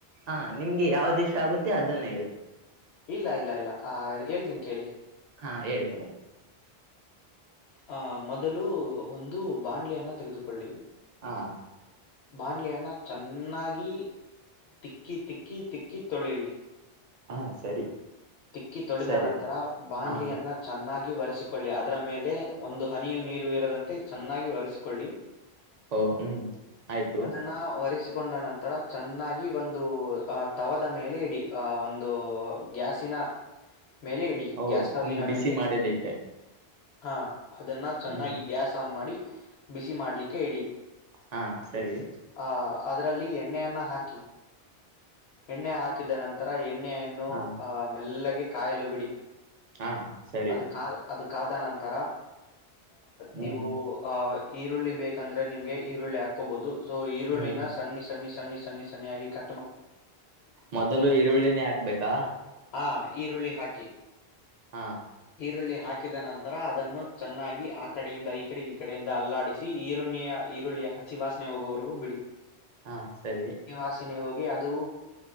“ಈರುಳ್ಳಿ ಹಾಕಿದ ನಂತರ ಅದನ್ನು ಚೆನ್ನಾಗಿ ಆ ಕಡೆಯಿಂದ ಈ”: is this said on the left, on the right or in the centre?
Left